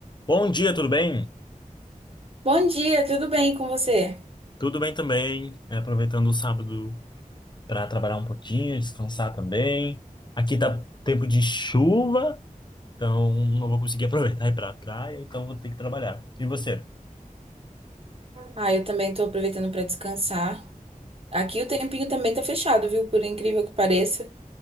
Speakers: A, on the left; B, on the right.
A: Bom dia, tudo bem?
B: Bom dia, tudo bem com você?
A: Tudo bem também. É, aproveitando o sábado para trabalhar um pouquinho, descansar também. Aqui tá tempo de chuva, então não vou conseguir aproveitar e ir pra praia, então vou ter que trabalhar. E você?
B: Ah, eu também tô aproveitando para descansar. Aqui o tempinho também tá fechado, viu? Por incrível que pareça.